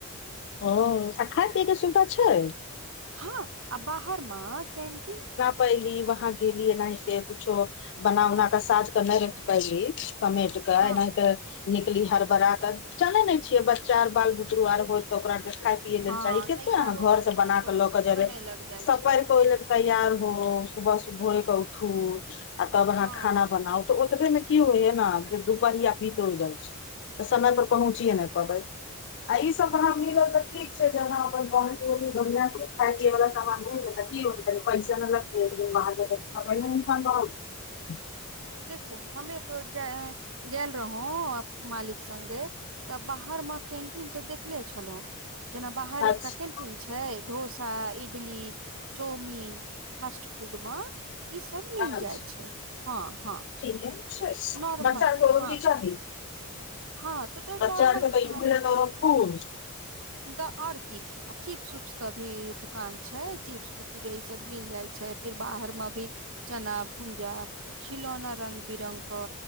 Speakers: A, on the left; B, on the right.
A: ओ आ खायइ पियैके सुविधा छै
B: हँ आ बाहर मे कैन्टीन
A: पयली वहाँ गेली एनाहिते कुछो बना उना कऽ सझ क नहि रख पैली कमेट कऽ
B: हँ
A: एनाहिते निकली हरबड़ा क चलैनै छियै बच्चा आर बाल बुतरु आर होत ते ओकरा आर के खाय पियए
B: हँ
A: देल चाही कते
B: तैयारो
A: अहाँ घर
B: करे
A: से
B: मे
A: बना
B: तो
A: कऽ लऽ के जेबे
B: समय लग जाइ छै
A: को ल तैयार हो सुबह सु भोरे कऽ उठू आ तब अहाँ
B: हँ
A: खाना बनाउ तऽ ओतबे मे की होइ है न दुपहरिया बीतल जाइ छै तऽ समय पर पहुँचियए नहि पबै आ ई सब वहाँ मिलल त ठीक छै जहा अपन ब खािय वाल ऽ की पैसा नहि लग ब <unintelligible>
B: देखू हमे तऽ जा गेल रहौ मालिक सङगे तऽ बाहर मे कैन्टीन तऽ देखले छलहु जेना बाहर
A: अच्छा
B: एकटा कंट क छै ढोसा इडली चौमिन फास्ट फूडम ई सब मिल
A: अच्छा
B: जाय छै हँ हँ
A: ठीक है म
B: नॉर्मल
A: चार रगी
B: हँ
A: छै ह <unintelligible>
B: हँ तऽ
A: बच्चा
B: नॉर्मल
A: आरके
B: खान
A: तऽ
B: पियन
A: खुश
B: तऽ और की आ चिप्स उप्स के भी दुकान छै चिप्स कुरकुरे ई सब मिल जाइ छै फिर बाहर मे भी चना भुंजा खिलौना रंग बिरंग क